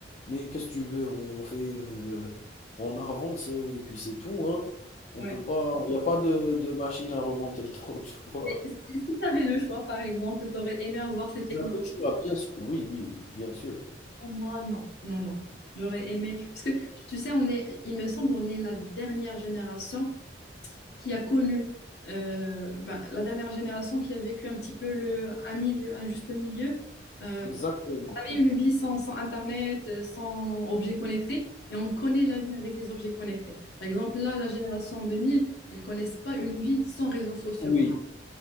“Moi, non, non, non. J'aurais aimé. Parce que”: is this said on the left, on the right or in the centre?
Left